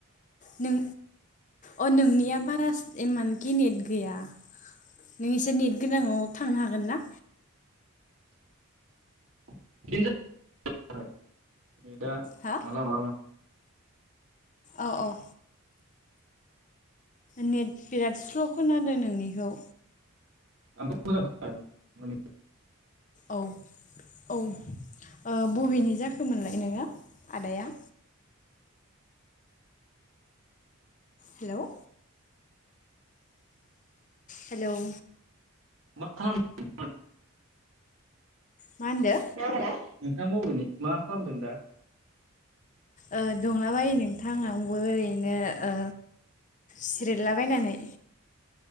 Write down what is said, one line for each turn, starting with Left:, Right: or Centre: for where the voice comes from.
Left: नों अ नोंनिया बारास इमान गेनेट गैया नों एसे नेट गोनांङाव थांनो हागोन ना?
Right: <unintelligible> दा
Left: हा
Right: मालाबा मालाबा
Left: औ औ नेट बिराद स्ल' खोनादों नोंनिखौ
Right: आंथ' <unintelligible>
Left: औ औ ओ बबेनि जाखोमोनलाय नोंङो आदाया? हेलोव हेलोव
Right: मा खालाम <unintelligible> <unintelligible>
Left: मा होनदो?
Right: नोंथांङा बबेनि मा खालामदों दा?
Left: ओ दंलाबायो नोंथां आंबो ओरैनो ओ सिरिदलाबायनानै।